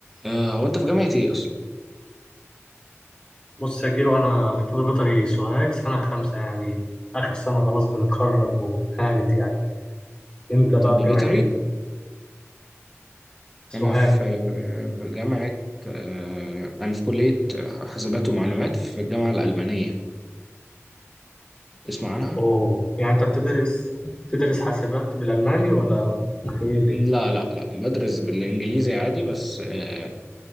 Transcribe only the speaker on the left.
بص يا كيرو انا في طب بيطري سوهاج سنه خمسه يعني اخر سنه خلاص بنتخرج وهانت يعني انت بقى
في
جامعه ايه سوهاج
اوه يعني انت بتدرس بتدرس حاسبات بالالماني ولا متهيألي